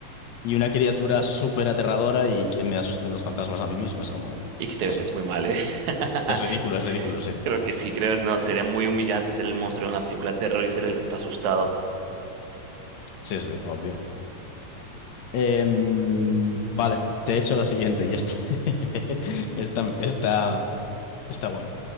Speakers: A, on the left; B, on the right.
A: y una criatura súper aterradora y que me asusten los fantasmas a mí mismo. Es como,
B: Y que te
A: no
B: verías
A: sé.
B: muy mal, ¿eh? <laughs>
A: Es ridículo, es ridículo, sí.
B: Creo que sí, creo, no, sería muy humillante ser el monstruo de una película de terror y ser el que está asustado.
A: Sí, sí, obvio. Em, vale, te he hecho la siguiente y esta, <laughs> esta, esta, está guay.